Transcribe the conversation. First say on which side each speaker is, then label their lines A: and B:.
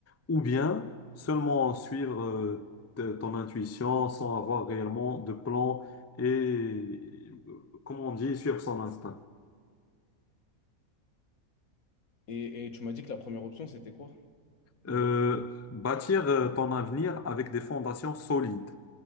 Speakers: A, on the left; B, on the left.
A: ou bien seulement suivre euh, te- ton intuition sans avoir réellement de plan et, euh, comment on dit, suivre son instinct?
B: Et, et tu m'as dit que la première option, c'était quoi déjà?
A: Euh, bâtir euh, ton avenir avec des fondations solides.